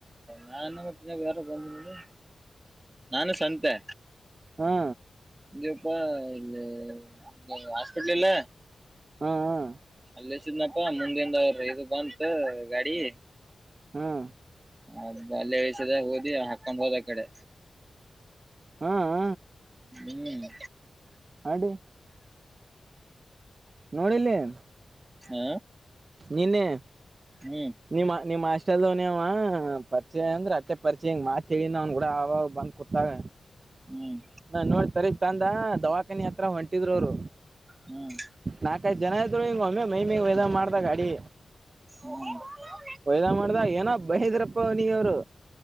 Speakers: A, on the right (about 20°); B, on the right (about 40°).
A: ನಾನು ಮತ್ತ ಇನ್ನೊಬ್ಬ ಯಾರು ಬಂದ್ರು ಇಲ್ಲಿ. ನಾನು ಸಂತೇ.
B: ಹಾ
A: ಇಲ್ಲಿಪಾ ಇಲ್ಲಿ ಅ ಹಾಸ್ಪಿಟ್ಲ್ ಇಲ್ಲ.
B: ಹ್ಮ ಹ್ಮ್.
A: ಇಲ್ಲಿಸಿದ್ನಪ್ಪಾ ಮುಂದಿಂದ ಅವ್ರ ಇದು ಬಂತ ಗಾಡಿ.
B: ಹ್ಮ್.
A: ಅದ ಅಲ್ಲೆ ಇಳ್ಸಿದ ಹೋದಿ ಹಾಕೊಂಡ್ ಹೋದ ಈಕಡೆ.
B: ಹ್ಮ್ ಹ.
A: ಹ್ಮ್.
B: ಹಡಿ. ನೋಡಿಲ್ಲ ನೀ
A: ಹಾ
B: ನಿನ್ನೆ.
A: ಹ್ಮ್
B: ನಿಮ್ಮ ನಿಮ್ಮ್ ಹಾಸ್ಟೆಲ್ ದು ನಿವಾ ಪರಿಚಯ ಅಂದ್ರೆ ಅಟ್ಟೆ ಪರಿಚಯ ಹಂಗ ಮಾತ ಹೇಳಿನ ಅವ್ನ ಕೂಡ ಅವಾಗ ಅವಾಗ್ ಬಂದ್ ಕುತ್ತಾಗ.
A: ಹ್ಮ್
B: ನನ್ನ ನೋಡಿ ತಾರೀಬಿ ತಂದಾ ದವಾಖಾನಿ ಹತ್ರ ಹೊಂಟಿದ್ರು ಅವ್ರ.
A: ಹ್ಮ್
B: ನಾಕೈದ ಜನ ಇದ್ರೂ ಹಿಂಗ ಒಮ್ಮೆ ಮೈ ಮ್ಯಾಗ್ ಹೋಯಿದಾಂಗ ಮಾಡ್ದ ಗಾಡಿ.
A: ಹ್ಮ.
B: ಓಯ್ ದಾಂಗ್ ಮಾಡ್ದ ಏನ ಬೈದ್ರಪ್ಪ ಅವನಗ ಅವರು.